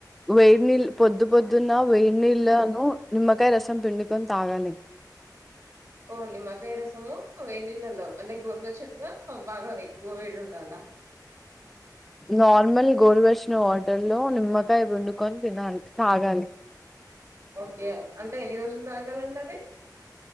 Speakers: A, in the centre; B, on the right (about 40°).
A: వెయిడి నీళ్ళ పొద్దు పొద్దున్న వేడి నీళ్ళలను నిమ్మకాయ రసం పిండుకొని తాగాలి
B: ఓ నిమ్మకాయ రసము వ నళ్ళలో అంటే గోరవ చెట్గా బాగా ఎక్కువ వేడి ఉండాల
A: నార్మల్ గోరువషిన వాటర్ లో నిమ్మకాయ వుండుకొని తినాలి తాగాలి
B: ఓకే అంటే ఎన్ని రోజులు తాగాలండి అది